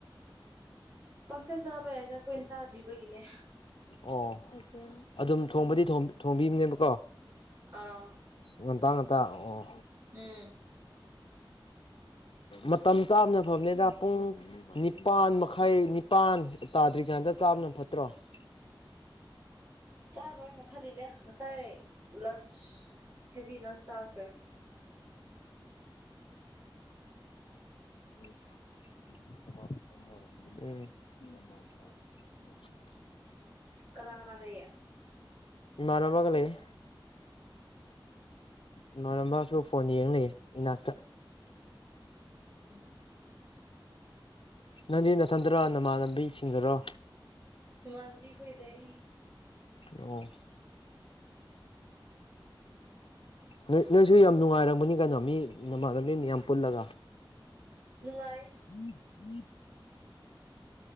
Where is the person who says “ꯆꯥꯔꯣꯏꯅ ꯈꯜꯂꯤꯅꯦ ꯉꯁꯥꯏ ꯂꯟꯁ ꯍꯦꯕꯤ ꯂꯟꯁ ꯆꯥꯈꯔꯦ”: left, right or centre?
Right